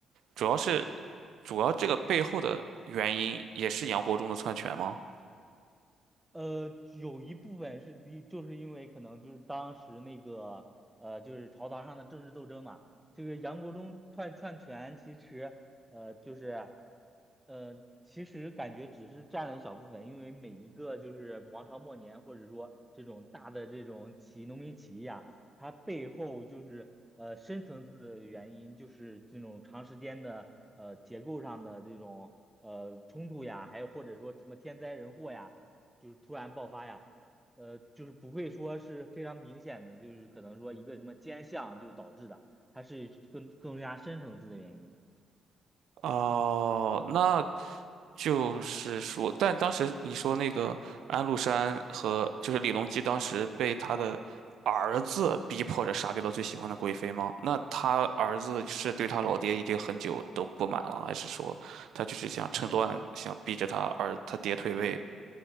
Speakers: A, on the right (about 75°); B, in the centre.
A: 主要是主要这个背后的原因也是杨国忠的篡权吗？
B: 呃，有一部分是的，就是因为可能就是当时那个呃，就是朝堂上的政治斗争嘛。这个杨国忠篡篡权，其实呃，就是呃，其实感觉只是占了一小部分，因为每一个就是王朝末年，或者说这种大的这种起义农民起义啊，它背后就是呃深层次的原因，就是这种长时间的呃结构上的这种呃冲突呀，还有或者说什么天灾人祸呀。就是突然爆发呀，呃，就是不会说是非常明显的，就是可能说一个什么尖向就导致的，它是更更加深层次的原因。
A: 哦，那就是说，但当时你说那个安禄山和就是李隆基，当时被他的儿子逼迫着杀掉了最喜欢的贵妃吗？那他儿子是对他老爹已经很久都不满了，还是说他就是想趁乱想逼着他儿他爹退位？